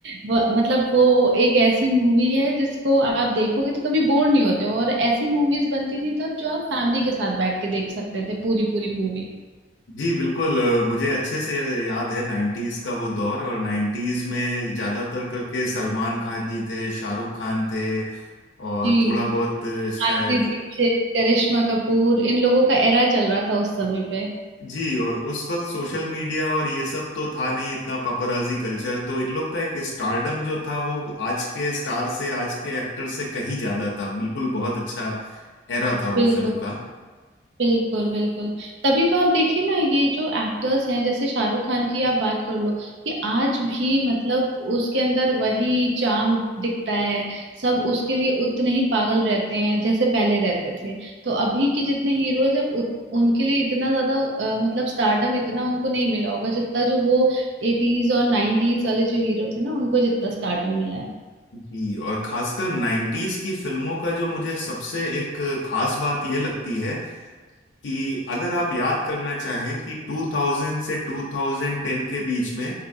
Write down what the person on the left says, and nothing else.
जी बिल्कुल अ, मुझे अच्छे से याद है नाइन्टीज का वो दौर और नाइन्टीज में ज्यादातर करके सलमान खान जी थे शाहरुख खान थे और
थोड़ा बहुत अ, शायद
जी और उस वक्त सोशल मीडिया और ये सब तो था नहीं इतना पपराजी कल्चर तो इन लोग का एक स्टारडम जो था वो आज के स्टार से आज के एक्टर से कहीं ज्यादा था बिल्कुल बहुत अच्छा एरा था
वो फिल्म का
जी और खासकर नाइन्टीज की फिल्मों का जो मुझे सबसे एक खास बात ये लगती है कि अगर आप याद करना चाहें कि 2000 से 2010 के बीच में